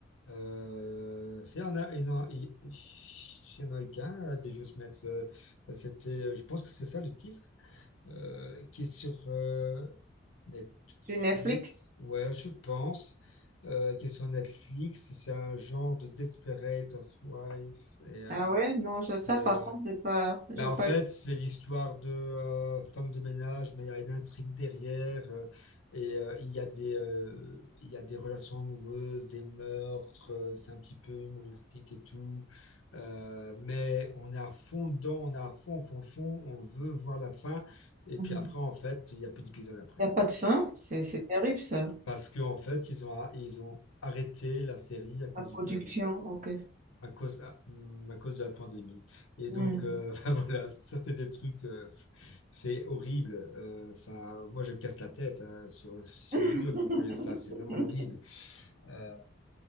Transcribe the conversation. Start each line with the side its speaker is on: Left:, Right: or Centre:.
Left: Euh, s'il y en a, il y en a, il- il y en a qu'un, à Devious Mets, euh, c'était, euh, je pense que c'est ça le titre, euh, qui est sur euh, Netflix,
Right: Sur Netflix?
Left: ouais, je pense, euh, qui est sur Netflix, c'est un genre de Desperate Housewives, et, euh,
Right: Ah ouais, non, je- ça
Left: et, euh,
Right: par contre, j'ai pas, j'ai
Left: bah, en
Right: pas
Left: fait,
Right: eu.
Left: c'est l'histoire de euh, femme de ménage, mais il y a une intrigue derrière. euh, et euh, il y a des, euh, il y a des relations amoureuses, des meurtres. euh, c'est un petit peu humoristique et tout. Euh, mais on est à fond dedans, on est à fond, fond, fond. On veut voir la fin. Et
Right: Mhm.
Left: puis après, en fait, il n'y a plus d'épisode après.
Right: Il n'y a pas de fin, c'est c'est terrible ça,
Left: Parce qu'en fait, ils ont, a- ils ont arrêté la série à cause
Right: la production,
Left: du Covid
Right: ok.
Left: à cause, à, hum, à cause de la pandémie. Et
Right: Hmm.
Left: donc, euh, <laughs> voilà, ça, c'est des trucs, euh, c'est horrible. Euh, Enfin, moi, je me casse la tête hein, sur, sur
Right: <laughs>
Left: le mur quand, quand j'ai ça, c'est vraiment horrible. Euh,